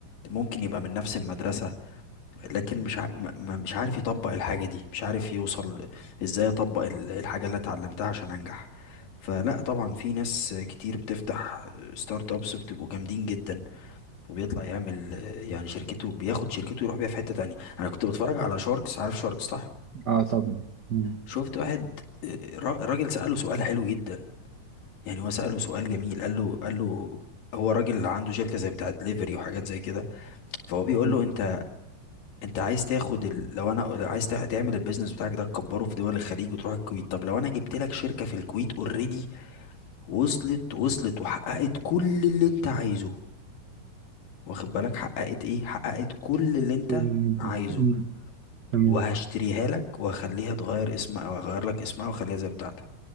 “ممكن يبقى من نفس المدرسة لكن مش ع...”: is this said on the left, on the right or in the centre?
Left